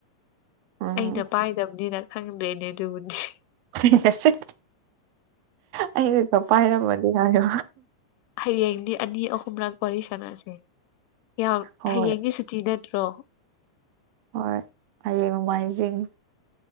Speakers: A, on the right; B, on the left.
A: ꯎꯝ
B: ꯑꯩꯅ ꯄꯥꯏꯗꯝꯅꯤꯅ ꯈꯪꯗ꯭ꯔꯦꯅꯦ ꯑꯗꯨꯕꯨꯗꯤ
A: <unintelligible> ꯑꯩꯩꯅꯒ ꯄꯥꯏꯔꯝꯃꯗꯤ ꯍꯥꯏꯌꯣ
B: ꯍꯌꯦꯡꯗꯤ ꯑꯅꯤ ꯑꯍꯨꯝꯔꯛ ꯋꯥꯔꯤ ꯁꯥꯟꯅꯁꯦ ꯌꯥꯝ
A: ꯍꯣꯏ
B: ꯍꯌꯦꯡꯗꯤ ꯁꯨꯇꯤ ꯅꯠꯇ꯭ꯔꯣ
A: ꯍꯣꯏ ꯍꯌꯦꯡ ꯅꯣꯡꯃꯥꯏꯖꯤꯡ